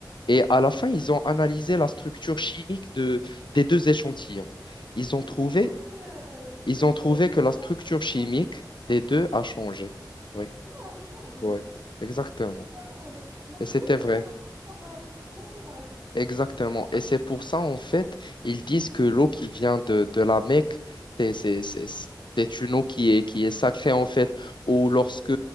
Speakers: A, on the left (about 85°); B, on the right (about 35°).
A: Et à
B: Mhm.
A: la fin, ils ont analysé la structure chimique de, des deux échantillons. Ils ont
B: Ne
A: trouvé,
B: me dis pas que, euh,
A: ils
B: que
A: ont trouvé
B: ça
A: que la structure
B: a un impact.
A: chimique des deux
B: Hein?
A: a changé. Oui
B: Non, c'est pas vrai.
A: ouais exactement.
B: Oh. Donc
A: Et c'était
B: l'eau est
A: vrai,
B: impactée par, euh, par son entourage.
A: exactement. Et c'est pour ça, en fait,
B: Ah,
A: ils disent que l'eau qui vient de, de la Mecque, c'est c'est- c'est- c'est une eau qui est, qui est sacrée, en fait,
B: ok.
A: ou lorsque,
B: ok.